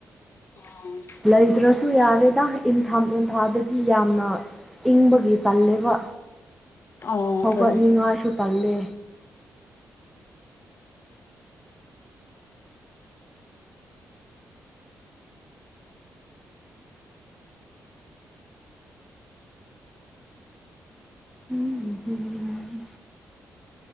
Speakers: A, on the left; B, in the centre.
A: ꯎ
B: ꯂꯩꯇ꯭ꯔꯁꯨ ꯌꯥꯔꯦꯗ ꯏꯟꯊꯝ ꯏꯟꯊꯥꯗꯗꯤ ꯌꯥꯝꯅ ꯏꯪꯕꯒꯤ ꯇꯜꯂꯦꯕ
A: ꯑꯣ
B: ꯍꯧꯒꯠꯅꯤꯉꯥꯏꯁꯨ
A: ꯑꯗꯨꯅꯦ
B: ꯄꯜꯂꯦ ꯎꯝ ꯎꯝ